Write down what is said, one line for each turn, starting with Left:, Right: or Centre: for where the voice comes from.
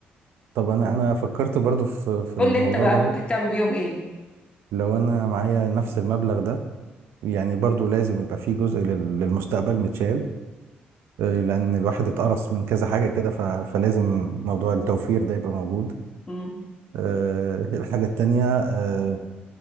Right: طب انا انا فكرت برضو في في الموضوع
Left: قول لي انت بقى
Right: ده اهو
Left: ممكن تعمل بيهم ايه
Right: لو انا معايا نفس المبلغ ده يعني برضو لازم يبقى في جزء لل- للمستقبل متشال آه، لأن الواحد اتقرص من كذا حاجة كده ف- فلازم موضوع التوفير ده يبقى موجود
Left: امم
Right: آه، الحاجة التانية آه،